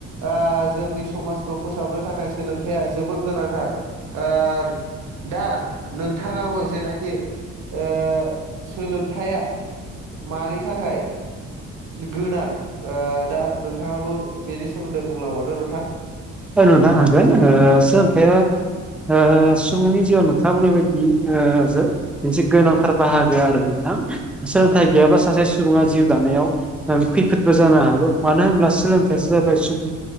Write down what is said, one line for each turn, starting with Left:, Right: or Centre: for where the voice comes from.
Right: ओ जोंनि समाजखौ फोसाबनो थाखाय सोलोंथाइया जोबोर गोनांथार ओ दा नोंथाङाबो जेनाखि ओ सोलोंथाइया मानि थाखाय गोनां ओ दा नोंथाङाबो बेनि सोमोन्दै बुंलांबावदो नोंथां।
Centre: फोर नोंथां हागोन ओ सोलोंथाइया ओ सुबुंनि जिउआव नोंथाङा बुंनाय बायदि ओ जो मोनसे गोनांथार बाहागो आरो नोंथां सोलोंथाइ गैयाब्ला सासे सुबुङा जिउ दानायाव ओ खैफोदबो जानो हागौ मानो होनब्ला सोलोंथायासो जाबाय सुबुंनि